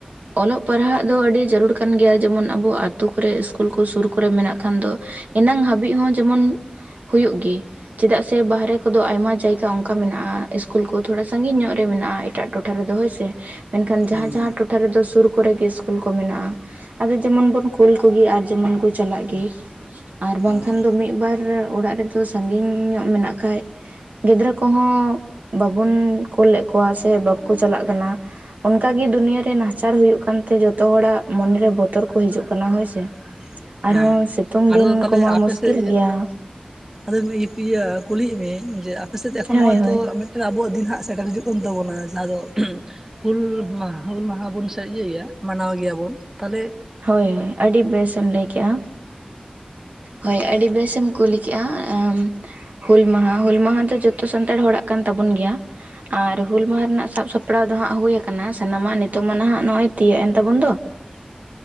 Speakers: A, on the right; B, on the right.
A: ᱚᱞᱚᱜ ᱯᱟᱲᱦᱟᱜ ᱫᱚ ᱟᱹᱰᱤ ᱡᱟᱹᱨᱩᱲ ᱠᱟᱱ ᱜᱮᱭᱟ, ᱡᱮᱢᱚᱱ ᱟᱵᱚ ᱟᱛᱩ ᱠᱚᱨᱮᱜ ᱤᱥᱠᱩᱞ ᱠᱚ ᱥᱩᱨ ᱠᱚᱨᱮ ᱢᱮᱱᱟᱜ ᱠᱷᱟᱱ ᱫᱚ, ᱮᱱᱟᱝ ᱦᱟᱹᱵᱤᱡ ᱦᱚᱸ ᱡᱮᱢᱚᱱ ᱦᱩᱭᱩᱜ ᱜᱤ ᱾ ᱪᱮᱫᱟᱜ ᱥᱮ ᱵᱟᱦᱨᱮ ᱠᱚᱫᱚ ᱟᱭᱢᱟ ᱡᱟᱭᱜᱟ ᱚᱱᱠᱟ ᱢᱮᱱᱟᱜᱼᱟ, ᱤᱥᱠᱩᱞ ᱠᱚ ᱛᱷᱚᱲᱟ ᱥᱟᱺᱜᱤᱧ ᱧᱚᱜ ᱨᱮ ᱢᱮᱱᱟᱜᱼᱟ ᱾ ᱮᱴᱟᱜᱟᱜ ᱴᱟᱴᱷᱟ ᱨᱮᱫᱚ ᱦᱳᱭ ᱥᱮ, ᱢᱮᱱᱠᱷᱟᱱ ᱡᱟᱦᱟᱸ
B: ᱦᱩᱸ
A: ᱡᱟᱦᱟᱸᱴᱚᱴᱷᱟ ᱨᱮᱫᱚ ᱥᱩᱨ ᱠᱚᱨᱮ ᱜᱮ ᱤᱥᱠᱩᱞ ᱠᱚ ᱢᱮᱱᱟᱜᱼᱟ ᱾ ᱟᱫᱚ ᱡᱮᱢᱚᱱ ᱵᱚᱱ ᱠᱩᱞ ᱠᱚᱜᱮ ᱟᱨ ᱡᱮᱢᱚᱱ ᱠᱚ ᱪᱟᱞᱟᱜ ᱜᱮ ᱾ ᱟᱨ
B: ᱦᱩᱸ
A: ᱵᱟᱝᱠᱷᱟᱱ ᱫᱚ ᱢᱤᱫᱵᱟᱨ ᱚᱲᱟᱜ ᱨᱮᱫᱚ ᱥᱟᱜᱤᱧ ᱧᱚᱜ ᱢᱮᱱᱟᱜ ᱠᱷᱟᱡ ᱜᱤᱫᱽᱨᱟᱹ ᱠᱚᱦᱚᱸ ᱵᱟᱵᱚᱱ ᱠᱳᱞ ᱞᱮᱫ ᱠᱚᱣᱟ ᱥᱮ ᱵᱟᱠᱚ ᱪᱟᱞᱟᱜ ᱠᱟᱱᱟ, ᱚᱱᱠᱟ ᱜᱮ ᱫᱩᱱᱭᱟᱹ ᱨᱮ ᱱᱟᱦᱟᱪᱟᱨ ᱦᱩᱭᱩᱜ ᱠᱟᱱᱛᱮ ᱡᱚᱛᱚ ᱦᱚᱲᱟᱜ ᱢᱚᱱᱮ ᱨᱮ ᱵᱚᱛᱚᱨ ᱠᱚ ᱦᱤᱡᱩᱜ ᱠᱟᱱᱟ ᱦᱳᱭ ᱥᱮ᱾
B: <inaudible>
A: ᱟᱨᱦᱚᱸ ᱥᱤᱛᱩᱝ
B: ᱟᱫᱚ
A: ᱫᱤᱱ
B: ᱛᱟᱦᱚᱞᱮ
A: ᱠᱚᱢᱟ
B: ᱟᱯᱮᱥᱮᱫ
A: ᱢᱩᱥᱠᱤᱞ ᱜᱮᱭᱟ ᱾
B: ᱟᱫᱚ ᱤ ᱯᱤᱭᱟᱹ ᱠᱩᱞᱤᱭᱮᱫ ᱢᱮᱭᱟ, ᱡᱮ ᱟᱯᱮ ᱥᱮᱫ ᱮᱠᱷᱚᱱ
A: ᱦᱳᱭ
B: ᱱᱚᱜᱚᱭ
A: ᱦᱳᱭ
B: ᱛᱚ ᱢᱤᱫ ᱟᱵᱚᱣᱟᱜ ᱫᱤᱱ ᱦᱟᱸᱜ ᱥᱮᱴᱮᱨ ᱦᱤᱡᱩᱜ ᱠᱟᱱ ᱛᱟᱵᱚᱱᱟ, ᱡᱟᱦᱟᱸ ᱫᱚ ᱦᱩᱞ ᱢᱟᱦ ᱦᱩᱞ ᱢᱟᱦᱟ ᱵᱚᱱ ᱤᱭᱟᱹᱭᱟ ᱢᱟᱱᱟᱣ ᱜᱮᱭᱟᱵᱚᱱ, ᱛᱟᱞᱦᱮ
A: ᱦᱳᱭ ᱦᱳᱭ, ᱟᱹᱰᱤ ᱵᱮᱥᱮᱢ ᱞᱟᱹᱭ ᱠᱮᱜᱼᱟ ᱾ ᱦᱳᱭ, ᱟᱹᱰᱤ ᱵᱮᱥᱢ ᱠᱩᱞᱤ ᱠᱮᱜᱼᱟ ᱾ ᱦᱩᱞ ᱢᱟᱦᱟ ᱾ ᱦᱩᱞ ᱢᱟᱦᱟ ᱫᱚ ᱡᱚᱛᱚ ᱥᱟᱱᱛᱟᱲ ᱦᱚᱲᱟᱜ ᱠᱟᱱ ᱛᱟᱵᱚᱱ ᱜᱮᱭᱟ ᱾ ᱟᱨ ᱦᱩᱞ ᱢᱟᱦᱟ ᱨᱮᱱᱟᱜ ᱥᱟᱵ ᱥᱟᱯᱲᱟᱣ ᱫᱚ ᱦᱟᱸᱜ ᱦᱩᱭ ᱟᱠᱟᱱᱟ, ᱥᱟᱱᱟᱢᱟᱜ ᱱᱤᱛᱚᱜ ᱢᱟ ᱱᱟᱦᱜ ᱱᱚᱜᱼᱚᱭ ᱛᱤᱭᱳᱟᱹᱜ ᱮᱱ ᱛᱟᱵᱚᱱ ᱫᱚ ᱾
B: <inaudible>